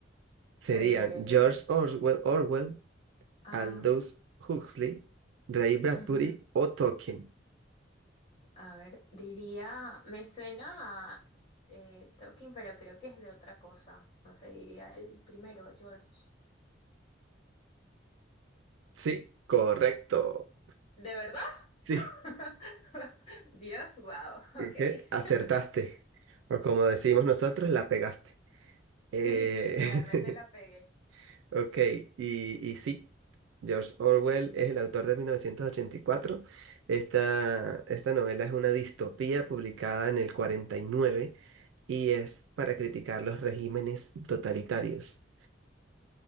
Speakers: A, on the right; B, on the left.
A: Serían
B: Eh,
A: George Orwell, Orwell,
B: ajá.
A: Aldous Huxley, Ray Bradbury
B: ujú.
A: o Tolkien.
B: A ver, diría, me suena a eh, Talking, pero creo que es de otra cosa. No sé, diría el primero, George.
A: Sí, correcto.
B: ¿De verdad?
A: Sí,
B: <laughs> Dios, wow, ok.
A: ok, Acertaste.
B: <laughs>
A: O como decimos nosotros, la pegaste. Eh,
B: Sí, literalmente la pegué.
A: <laughs> Ok, y, y sí, George Orwell es el autor de 1984. Esta, esta novela es una distopía publicada en el cuarenta y nueve y es para criticar los regímenes totalitarios.